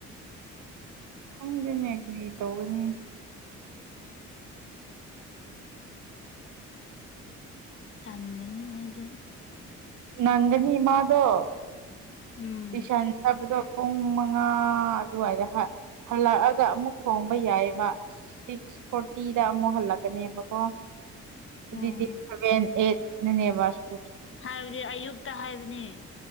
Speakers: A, on the right; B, on the left.
A: ꯈꯪꯗꯦꯅꯦ ꯀꯔꯤ ꯇꯧꯒꯅꯤ
B: ꯇꯟꯒꯅꯤ ꯑꯩꯗꯤ
A: ꯅꯪꯒꯅꯤ ꯃꯥꯗꯣ
B: ꯎꯝ
A: ꯇꯨꯏꯁꯟ ꯆꯠꯄꯗꯣ ꯄꯨꯡ ꯃꯉꯥ ꯑꯗꯨꯋꯥꯏꯗ ꯍꯜꯂꯛꯑꯒ ꯑꯃꯨꯛ ꯊꯣꯡꯕ ꯌꯥꯏꯑꯦꯕ ꯁꯤꯛꯁ ꯐꯣꯔꯇꯤꯗ ꯑꯃꯨꯛ ꯍꯜꯂꯛꯀꯅꯦꯕꯀꯣ <unintelligible>
B: ꯑꯣ ꯍꯥꯏꯕꯗꯤ ꯑꯌꯨꯛꯇ ꯍꯥꯏꯕꯅꯤ